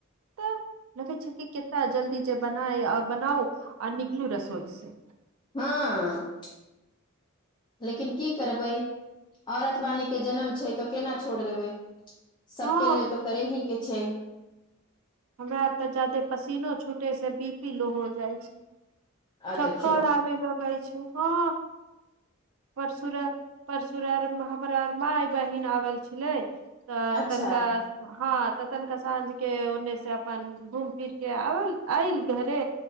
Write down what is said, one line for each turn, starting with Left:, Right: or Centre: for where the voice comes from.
Right: तऽ लगे छै कि केता जल्दी जे बनाए अ बनाउ आ निकलू रसोई से
Left: हँ लेकिन की करबै <inaudible> औरत वाणी केँ जनम छै तऽ केना छोड़ देबै सब
Right: हँ
Left: केँ लेल तऽ करेही केँ छै
Right: हमरा आर तऽ जायदे पसीनो छूटै छै बी पी लो हो जाइ छै
Left: आ
Right: चक्कर
Left: देखियौ
Right: आबै लगए छै हँ परसुरा परसुरार हमरा माय बहिन आबल छलै तऽ
Left: अच्छा
Right: तनिका हँ तऽ तनिका साँझ केँ ओने से अपन घूम फिर केँ आबल आयल घरे